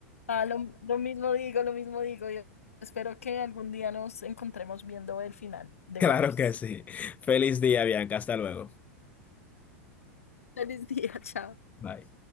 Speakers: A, on the left; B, on the left.
A: ah, lo, lo mismo digo, lo mismo digo. Yo espero que algún día nos encontremos viendo el final
B: <laughs>
A: de
B: Claro
A: One Piece.
B: que sí. Feliz día, Bianca. Hasta luego.
A: Feliz día, chao.
B: Bye.